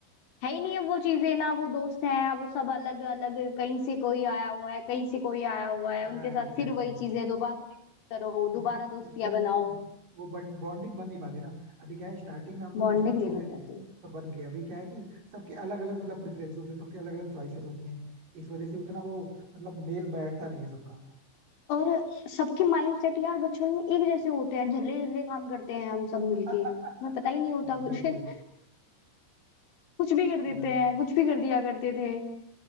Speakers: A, on the left; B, on the right.
A: है ही नहीं है वो चीजें ना वो दोस्त हैं अब सब अलग अलग कहीं से कोई आया हुआ है कहीं से कोई आया हुआ है
B: हाँ
A: उनके साथ
B: एग्जैक्टली
A: फिर वही चीजें दोबारा रिपीट करो दोबारा
B: नहीं
A: दोस्तियां
B: उस टाइम
A: बनाओ
B: वो वो बॉन्डिंग बन नहीं पाती ना अभी क्या है स्टार्टिंग में हम
A: बॉन्डिंग
B: लोग उस टाइम छोटे
A: नहीं बन पाती
B: थे तो बन गए अभी क्या है कि सबके अलग अलग मतलब प्रेफरेंस होते हैं सबके अलग अलग चॉइसेस होती हैं इस वजह से उतना वो मतलब मेल बैठता नहीं है सबका
A: और सबके माइंडसेट यार बचपन में एक जैसे होते हैं झल्ले झल्ले काम करते हैं हम सब मिलके
B: <laughs>
A: हमें पता
B: Exactly
A: ही नहीं होता कुछ
B: exactly.
A: <laughs> कुछ भी कर
B: चलो
A: देते हैं कुछ भी कर दिया करते थे